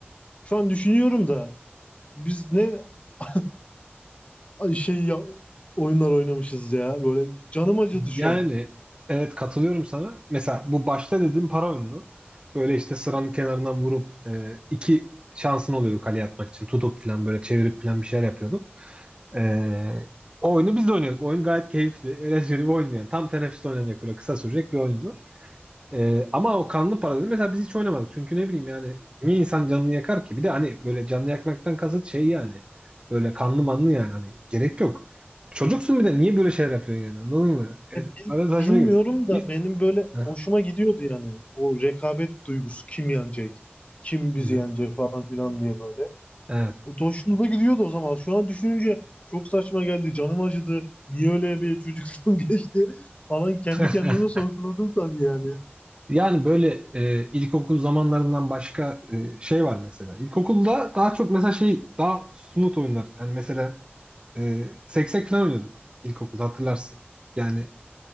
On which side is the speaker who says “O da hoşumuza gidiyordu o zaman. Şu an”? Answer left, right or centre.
Left